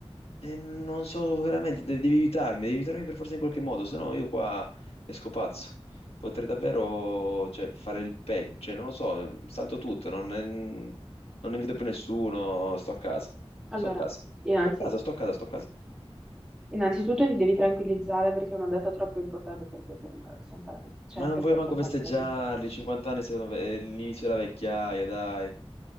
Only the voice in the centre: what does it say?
Allora,
innanzi-
innanzitutto ti devi tranquillizzare perché è una data troppo importante per te per, eh, saltare, cioè
per
far
saltare questo evento.